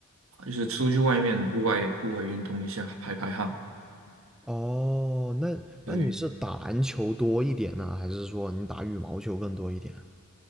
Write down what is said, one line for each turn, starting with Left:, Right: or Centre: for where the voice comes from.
Right: 啊就是出去外面户外户外运动一下，排排汗。
Centre: 哦，那那你是打篮球多一点呢，
Right: 对，
Centre: 还是说你打羽毛球更多一点啊？